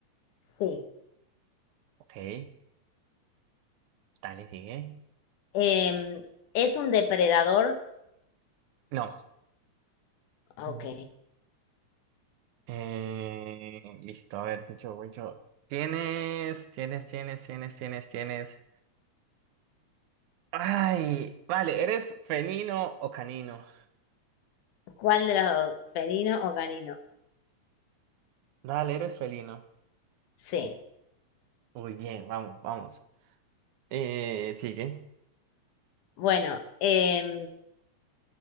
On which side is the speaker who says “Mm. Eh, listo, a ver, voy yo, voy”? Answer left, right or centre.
Right